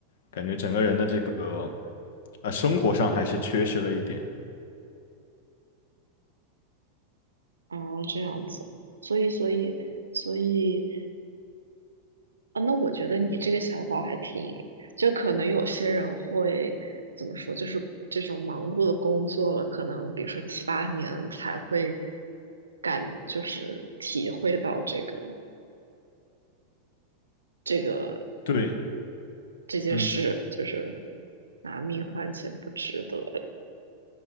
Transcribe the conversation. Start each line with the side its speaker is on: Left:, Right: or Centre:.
Left: 感觉整个人的这个。啊，生活上还是缺失了一点。
Right: 啊，这样子，所以，所以，所以。啊，那我觉得你这个想法还挺，就可能有些人会怎么说，就是这种忙碌的工作了，可能比如说七八年才会感，就是体会到这个这个
Left: 对，
Right: 这件事，
Left: 嗯，
Right: 就是拿命换钱不值得。